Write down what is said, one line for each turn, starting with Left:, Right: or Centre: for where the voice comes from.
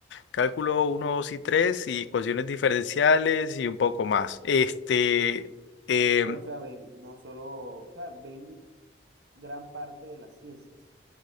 Left: cálculo uno 2 y 3 y ecuaciones diferenciales y un poco más. Este, em,
Right: Pero, o sea, ven, no solo, o sea, ven gran parte de las ciencias